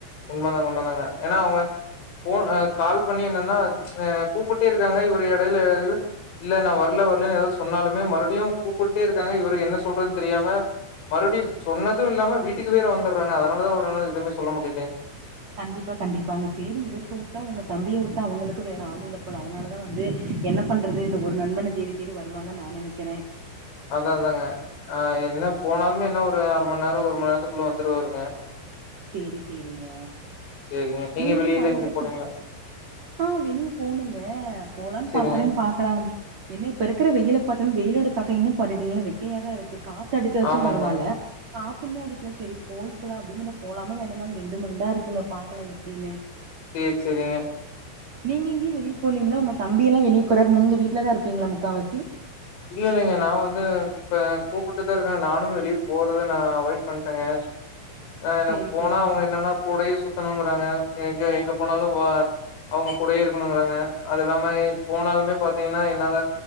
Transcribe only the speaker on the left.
உண்மதாங்க உண்மதாங்க என்னா அவங்க போ அ கால் பண்ணி என்னன்னா அ கூப்புட்டே இருக்காங்க இவரு இடையில இல்ல நா வரல வரலன்னு ஏதாவது சொன்னாலுமே மறுபுடியு கூப்புட்டே இருக்காங்க இவருக்கு என்ன சொல்றதுன்னு தெரியாம மறுபடியு சொன்னது இல்லாம வீட்டுக்கு வேற வந்துடுறாங்க அதனால தா அவரால எதுமே சொல்ல முடியல
அதா அதாங்க ஆ என்ன போனாலுமே என்ன ஒரு அரை மண் நேர ஒரு மண் நேரத்துக்குள்ள வந்துருவாருங்க
சேரிங்க
வெளியில
எங்கயு போலீங்களா
சேரிங்க
ஆமா
ஆமாங்க
சேர் செரிங்க
இல்ல இல்லைங்க நா வந்து இப்ப கூப்பிட்டுதா இருக்காங் நானு வெளிய போறத நா அவாய்ட் பண்ட்டங்க ஆ எனக்கு
போனா
அவங்க என்னன்னா கூடயே சுத்தணு ங்றாங்க எங்க எங்க போனாலு வா அவங்க கூடயே இருக்கணுங்கிறாங்க அது இல்லாம போனாலுமே பாத்திங்னா என்னால